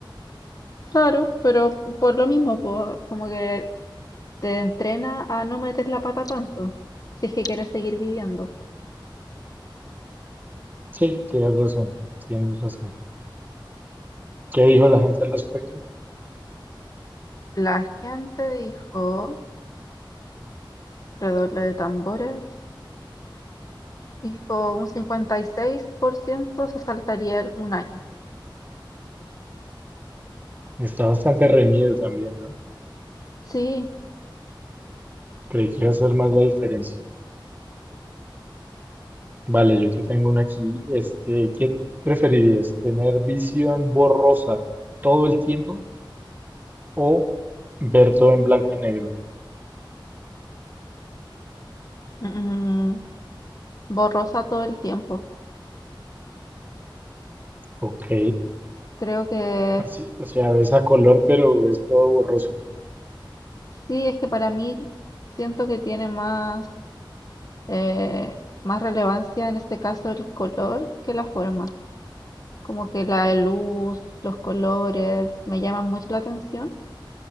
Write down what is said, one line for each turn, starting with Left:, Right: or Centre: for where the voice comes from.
Left: claro, pero por lo mismo, pues, como que te entrena a no meter la pata tanto, si es que quieres seguir viviendo.
Right: Sí, tienes razón, tienes razón. ¿Qué dijo la gente al respecto?
Left: La gente dijo, redoble de tambores, dijo un 56% se saltaría el- un año.
Right: Está bastante reñido también, ¿no?
Left: Sí,
Right: Creí que iba a ser más la diferencia. Vale, yo te tengo una aquí. Este, ¿qué preferirías? ¿Tener visión borrosa todo el tiempo o ver todo en blanco y negro?
Left: mm, borrosa todo el tiempo.
Right: Ok,
Left: Creo que
Right: Así, o sea, ves a color, pero es todo borroso.
Left: Sí, es que para mí siento que tiene más, eh, más relevancia en este caso el color que la forma. Como que la luz, los colores, me llaman mucho la atención,